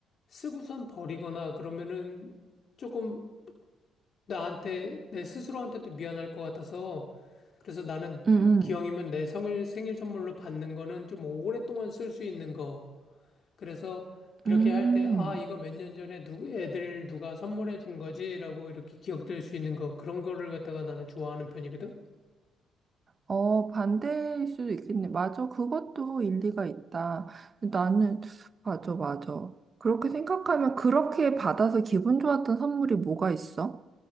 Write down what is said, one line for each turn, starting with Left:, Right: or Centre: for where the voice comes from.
Left: 쓰고선 버리거나 그러면은 조금 나한테, 내 스스로한테도 미안할 것 같아서, 그래서 나는
Right: 음 음.
Left: 기왕이면 내 생일, 생일 선물로 받는 거는 좀 오랫동안 쓸 수 있는 거. 그래서 이렇게
Right: 음.
Left: 할 때, 아, 이거 몇 년 전에 누, 애들 누가 선물해 준 거지라고 이렇게 기억될 수 있는 거. 그런 거를 갖다가 나는 좋아하는 편이거든.
Right: 어, 반대일 수도 있겠네. 맞아. 그것도 일리가 있다. 나는, 맞아, 맞아. 그렇게 생각하면 그렇게 받아서 기분 좋았던 선물이 뭐가 있어?